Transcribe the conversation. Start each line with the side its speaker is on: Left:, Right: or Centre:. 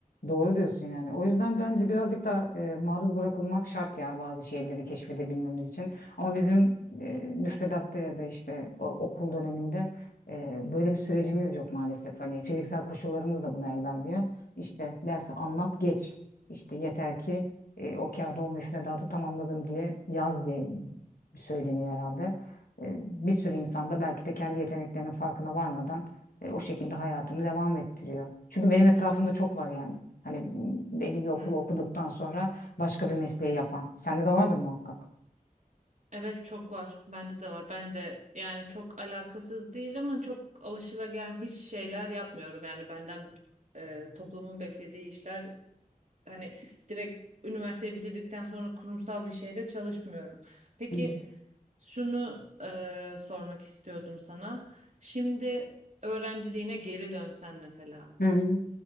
Left: Doğru diyorsun yani. O yüzden bence birazcık da e, maruz bırakılmak şart ya bazı şeyleri keşfedebilmemiz için. Ama bizim e, müfredatta ya da işte o- okul döneminde e, böyle bir sürecimiz yok maalesef. Hani fiziksel koşullarımız da buna el vermiyor. İşte dersi anlat geç. İşte yeter ki e, o kağıda o müfredatı tamamladım diye yaz diye söyleniyor herhalde. E, bir sürü insan da belki de kendi yeteneklerinin farkına varmadan e, o şekilde hayatını devam ettiriyor. Çünkü benim etrafımda çok var yani. Hani belli bir okulu
Right: Hmm.
Left: okuduktan sonra başka bir mesleği yapan. Sende de vardır muhakkak.
Right: Evet çok var. Bende de var. Ben de yani çok alakasız değil ama çok alışılagelmiş şeyler yapmıyorum. Yani benden e, toplumun beklediği işler hani direkt üniversiteyi bitirdikten sonra kurumsal bir şeyde çalışmıyorum. Peki
Left: Hı hı.
Right: Şunu e, sormak istiyordum sana. Şimdi öğrenciliğine geri dönsen mesela,
Left: Hı hı.